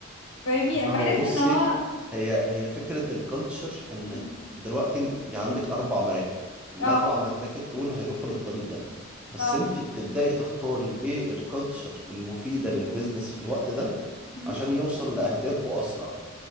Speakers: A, on the left; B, in the centre.
A: فاهمني
B: فهو
A: بحس
B: بصي
A: ان هو
B: هي هي فكرة الكالتشر إن
A: مم.
B: دلوقتي أنت عندك أربع مراكب الأربع
A: اه
B: مراكب دول هيروحوا للطريق ده بس
A: اه
B: أنت بتبدأي تختاري إيه الكالتشر المفيدة للبيزنس في الوقت ده
A: مم.
B: عشان يوصل لأهدافه أسرع